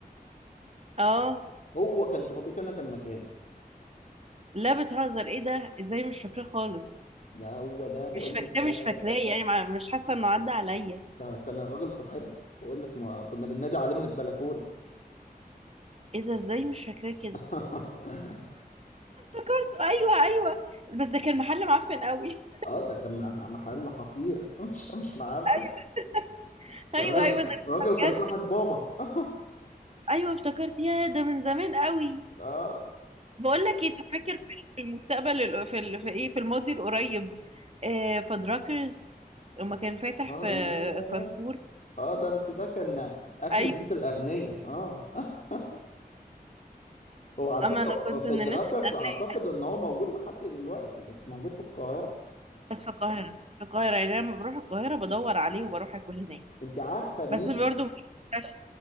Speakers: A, on the right; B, on the left.
A: اه
B: هو كان تربيكانا كان مكاني
A: لا بتهزر ايه ده ازاي مش فاكراه خالص
B: ده هو ده بقول
A: مش فاكراه
B: لك ده
A: مش فاكراه يعني مع- مش حاسه انه عدى عليا
B: ده كان الراجل صاحبنا بقول لك ما كنا بننادي عليه من البلكونة
A: ايه ده ازاي مش فاكراه كده
B: <laughs>
A: افتكرته ايوه ايوه بس ده كان محل معفن قوي
B: اه ده كان مع- محل حقير <laughs> مش مش معرف
A: <laughs> ايوه
B: بس
A: ايوه
B: الراجل
A: ايوه ده
B: الراجل كان
A: بجد
B: صاحب بابا <laughs>
A: ايوه افتكرت يا ده من زمان قوي
B: اه
A: بقول لك ايه طب فاكر في المستقبل ال- في ال- في ايه في الماضي القريب آه فدراكرز لما كان فاتح
B: اه
A: في
B: ياه
A: كارفور
B: اه ده بس ده كان اكل
A: ايوه
B: بيت الاغنياء اه <laughs> هو على
A: اما
B: فكرة
A: انا كنت
B: هو في
A: من
B: الدراكرز
A: الناس الاغنياء
B: اعتقد ان هو موجود لحد دلوقتي بس موجود في القاهرة
A: بس في القاهره في القاهره يعني أنا لما بروح القاهره بدور عليه وبروح اكل هناك
B: انت عارفه مين
A: بس برضه مش عارفة